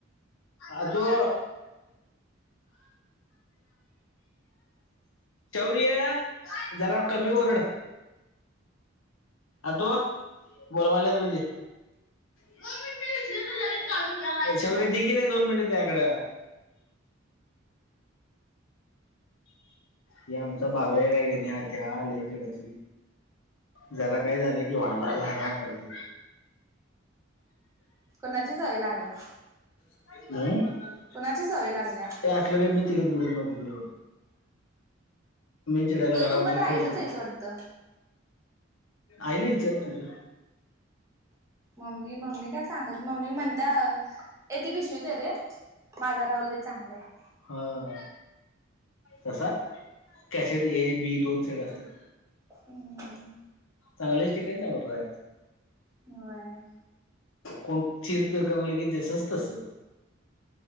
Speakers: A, on the left; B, on the right.
A: अ तो जरा कमी वरड आतो बोलवाल्यात मध्ये <inaudible> हे आमचा बाबा्या का घेण्या त्या आलाय खिडच जरा काय झालं की वला ना करज
B: कोणाची सवय लागला
A: अ <inaudible>
B: कुणाची सवय लागल्या
A: हे असलं क का मी चिडत बिडत नव्हतो तुझ्या वर चिडायला
B: तू
A: घरापाशी
B: तू पण रागिटचस
A: खेळत
B: वाटतं
A: आहिला विचार तुझं
B: मम्मी मम्मी काय सांगत मम्मी म्हणते त्या येते पिशवी दे रे माझा राहूलही चांगलं आहे,
A: हा तसा कॅसेट ए बी दोन सेड असतात.
B: हम्म
A: चांग लिस्टिक चांग रा
B: होय.
A: कोण चिर पिर करायला के जसंस तसं